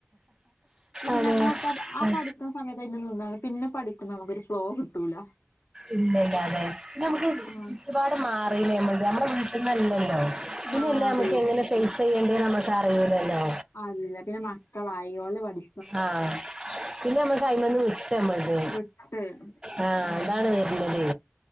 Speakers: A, on the left; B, on the right.
A: ചേച്ചി
B: അതെ
A: നമ്മളൊക്കെ ആ പഠിക്കുന്ന സമയത്ത് നിന്നാ പിന്നെ പഠിക്കുന്ന നമുക്കൊരു ഫ്ലോ കിട്ടൂല
B: ഇല്ലല്ല അതെ പിന്നെ നമുക്ക്
A: ആഹ്
B: ചുറ്റുപാട് മാറില്ലേ നമ്മ നമ്മളെ വീട്ടന്നല്ലല്ലോ പിന്നെല്ലേ
A: മാറി
B: നമുക്ക് എങ്ങനെ ഫേസ് ചെയ്യേണ്ട നമ്മുക്ക് അറിയൂലല്ലോ
A: അതല്ല പിന്നെ മക്കളായി ഓലെ പഠി
B: ആഹ് പിന്നെ നമ്മക്ക് അയ്മന്ന് വി ട്ട് നമ്മൾത്
A: വിട്ട്
B: ആ
A: ഉം
B: അതാണ് വരുന്നത്